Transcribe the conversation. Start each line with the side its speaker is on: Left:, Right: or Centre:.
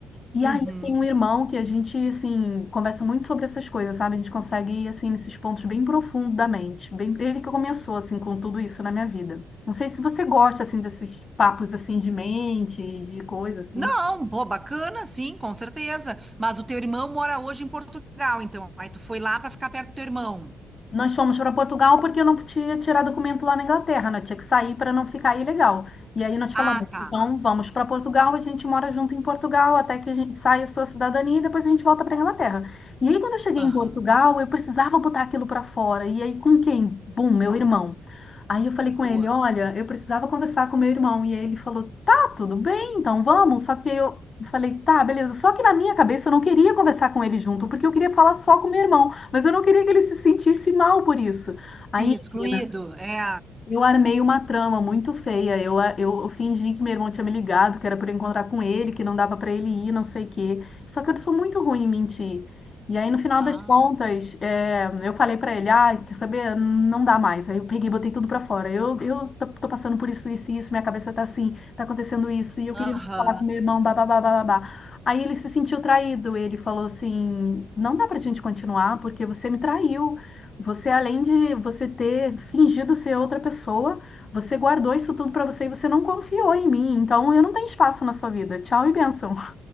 Left: E
Right: Uhum.
Left: aí eu tenho um irmão que a gente assim conversa muito sobre essas coisas, sabe? A gente consegue ir assim nesses pontos bem profundos da mente. Bem, ele que começou assim com tudo isso na minha vida. Não sei se você gosta assim desses papos assim de mente, de coisa assim.
Right: Não, pô, bacana, sim, com certeza. Mas o teu irmão mora hoje em Portugal, então. Aí tu foi lá pra ficar perto do teu irmão.
Left: Nós fomos para Portugal porque eu não podia tirar documento lá na Inglaterra, né? Eu tinha que sair para não ficar ilegal. E aí nós falamos,
Right: Ah, tá.
Left: então vamos para Portugal, a gente mora junto em Portugal até que a gente saia a sua cidadania e depois a gente volta para Inglaterra. E aí quando eu cheguei
Right: Aham.
Left: em Portugal, eu precisava botar aquilo para fora. E aí com quem? Bum, meu irmão. Aí eu falei
Right: Boa.
Left: com ele, olha, eu precisava conversar com meu irmão. E aí ele falou, tá, tudo bem, então vamos. Só que eu falei, tá, beleza. Só que na minha cabeça eu não queria conversar com ele junto, porque eu queria falar só com meu irmão. Mas eu não queria que ele se sentisse mal por isso. Aí,
Right: Sim, excluído.
Left: menina,
Right: É.
Left: eu armei uma trama muito feia. Eu, a- eu, eu fingi que meu irmão tinha me ligado, que era para encontrar com ele, que não dava para ele ir, não sei o quê. Só que eu sou muito ruim em mentir. E aí, no final
Right: Ah.
Left: das contas, é, eu falei para ele: ah, quer saber? Não dá mais. Aí eu peguei e botei tudo para fora. Eu, eu tô, tô passando por isso, isso, e isso, minha cabeça tá assim, tá acontecendo isso, e eu queria
Right: Aham.
Left: falar com meu irmão, babá, babá. babá. Aí ele se sentiu traído. Ele falou assim: não dá pra gente continuar, porque você me traiu. Você, além de você ter fingido ser outra pessoa, você guardou isso tudo para você e você não confiou em mim. Então, eu não tenho espaço na sua vida. Tchau e bênção.